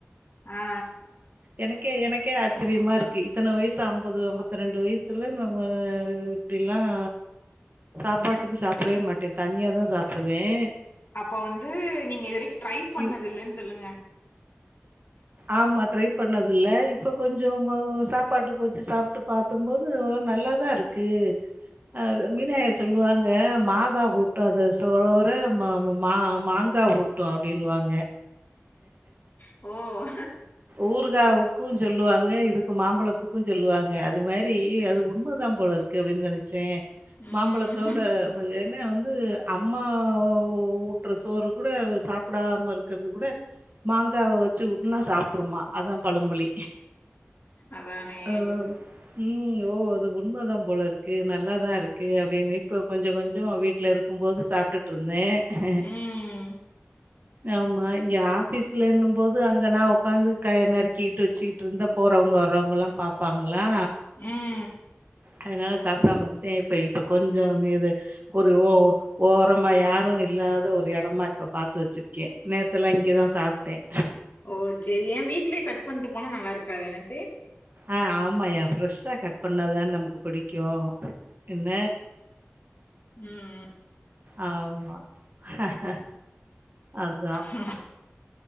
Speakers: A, on the left; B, on the right.
A: ஆ ஆ
B: எனக்கே எனக்கே ஆச்சரியமா இருக்கு இத்தனை வயசு ஐம்பது ஐம்பத்தி ரெண்டு வயசுல நம்ம அப்டிலாம் சாப்பாட்டுக்கு சாப்பிடவே மாட்டேன் தனியாதான் சாப்பிடுவேன்
A: அப்ப வந்து நீங்க இது வரைக்கும் ட்ரை பண்ணது
B: இவ்
A: இல்லன்னு சொல்லுங்க
B: ஆமா ட்ரை பண்ணது இல்ல இப்ப கொஞ்சமா சாப்பாட்டுக்கு வச்சு சாப்பிட்டு பா க்கும்போது நல்லாதான் இருக்கு அ மீனாயா சொல்லுவாங்க மாதா ஊட்டாத சோற மா மாங்காய் ஊட் ட்டும் அப்டின்னுவாங்க
A: ஓ
B: ஊர்காவுக்கும் சொல்லுவாங்க இதுக்கு மாம்பழத்துக்கும் சொல்லுவாங்க அது மாரி அது உண்மை தான் போல இருக்கு அப்டின்னு நினைச்சேன்
A: ம்
B: மாம்பழத்தோட நம்மலேனு வந்து அம்மா ஊட்டுற சோறு கூட சாப்பிடாம இருக்கிறது கூட மாங்காவ வச்சு ஊட்டுனா சாப் ற்றுமா அதான் பழம்மொழி
A: அதானே
B: ஆ ம் ஓ அது உண்மை தான் போல இருக்கு நல்லாதான் இருக்கு இப்ப கொஞ்சம் கொஞ்சம் வீட் வீட்ல இருக்கும் போது சாப்ட்டுட்டு இருந்தேன் ஆ ஹ
A: ம்
B: ஆமா இங்க ஆபீஸ்ல இன்னும் போது அங்க நா உக்காந்து க நறுக்கிட்டு வச்சிட்டு இருந்தா போறவங்க வர்றவங்கல்லாம் பாப்பாங்களா
A: ம்
B: அதனால சாப்பிடாமா இருந்தேன் இப்ப இப்ப கொஞ்சம் வந்து இது ஒரு ஓ ஓரமா யாரும் இல்லாத ஒரு இடமா இப்ப பாரத்து வச்சிருக்கேன் நேத்துலா இங்கதான் சாப்பிட்டேன்
A: ஓ சரி ஏன் வீட்லேயே கட் பண்ட்டு போனால் நல்லாருக்காது எனட்டு
B: ஆ ஆமாயா ஃப்ரெஷ்ஷா கட் பண்ணாதான நமக்கு புடிக்கும் என்ன
A: ம்
B: ஆமா ஆஹா அதான்
A: ஹ